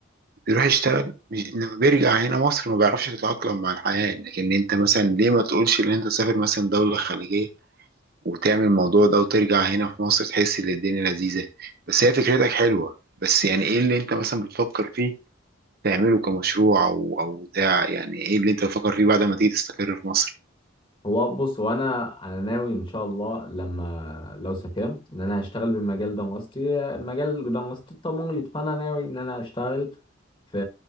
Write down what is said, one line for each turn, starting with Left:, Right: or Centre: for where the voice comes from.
Right: بيروح يشتغل مش- لما بيرجع هنا مصر ما بيعرفش يتأقلم مع الحياة لكن أنت مثلا ليه ما تقولش إن أنت تسافر مثلا دولة خليجية وتعمل الموضوع ده وترجع هنا في مصر تحس إن الدنيا لذيذة بس هي فكرتك حلوة بس يعني إيه اللي أنت مثلا بتفكر فيه تعمله كمشروع أو أو بتاع يعني إيه اللي أنت بتفكر فيه بعد ما تيجي تستقر في مصر
Left: هو بص هو أنا أنا ناوي إن شاء الله لما لو سافرت إن أنا هشتغل بالمجال دراستي مجال دراستي التمريض فأنا ناوي إن أنا أشتغل في